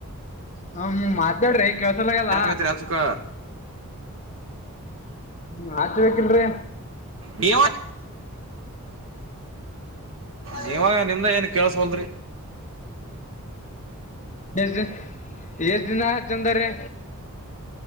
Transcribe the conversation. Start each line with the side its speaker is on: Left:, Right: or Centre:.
Left: ಹ ಮಾತಾಡ್ರಿ ಕೇಳ್ಸಲಗಲ್ಲ
Right: ಐತ್ರಿ ಹಚ್ಚುಕ
Left: ಹ್ಮ ಹಚ್ಬೇಕ್ ಇಲ್ರಿ
Right: ನೀ ನೀವಾಗ ನಿಮ್ದ ಏನ್ ಕೆಳಸವಲ್ಡುರಿ
Left: ಎಷ್ಟ್ದ ಎಷ್ಟ ದಿನ. ಹಚ್ಚಂದಾರಿ